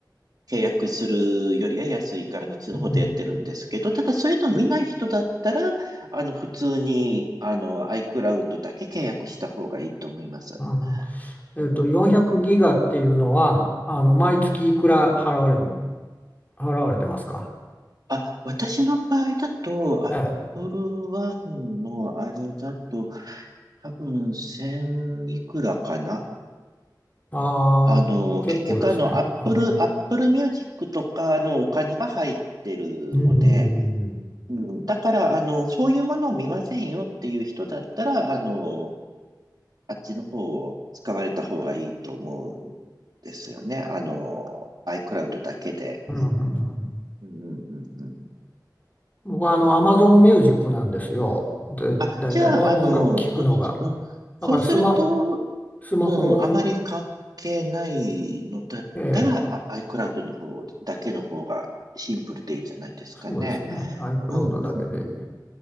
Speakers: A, on the right; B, on the left.
A: 契約するよりは安いから、そっちの方でやってるんですけど、
B: うん、
A: ただ、そういうのを見ない人だったら、あの、普通に、あの、iCloud だけ契約した方がいいと思います。
B: うん、うんえっと、
A: うん
B: 400ギガっていうのは、あの、毎月いくら払われる、払われてますか
A: あ、私の場合だと、Apple
B: ええ。
A: One のあれだと、多分1000いくらかな
B: ああ、
A: あの、
B: 結構ですね。
A: 結局あの、アップル、
B: あ
A: アップルミュージックとかのお金が入ってるので、
B: ーうん、
A: うん、だからあの、そういうものを見ませんよっていう人だったら、あの、あっちの方を使われた方がいいと思うんですよね。あの、iCloud だけで。
B: うん、うん。うんうんうん
A: うんうんうんうん。
B: 僕はあの、Amazon Music なんですよ。で、
A: あ、
B: 大体音、
A: じゃあ、あの、
B: 音楽聴くのが。
A: うん、うんそうすると、
B: だからスマ、スマホ
A: うん、あまり関係ないのだったら、
B: ええ、
A: あ iCloud の方だけの方がシンプルでいいんじゃないですかね。
B: そうですね。iCloud
A: うんうんうん
B: だけでいい